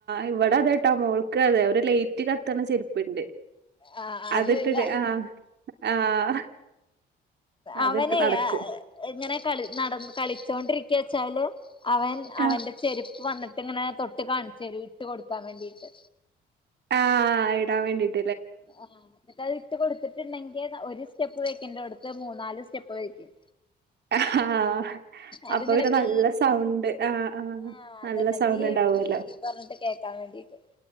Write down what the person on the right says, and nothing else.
ഇവിടെ അതെട്ടാ മോൾക്ക് അതെ ഒരു ലേയ്റ്റ് കത്തണ ചെരുപ്പുണ്ട്
അതിട്ടിട്ട്
ആഹ് ആഹ് അതിട്ട്
നടക്കും
ആഹ്
ആഹ് ഇടാൻ വേണ്ടിട്ട്
ആഹ്
അപ്പൊ പിന്നെ
നല്ല സൗണ്ട് ആഹ്
നല്ല
സൗണ്ട്
ഉണ്ടാവുമല്ലോ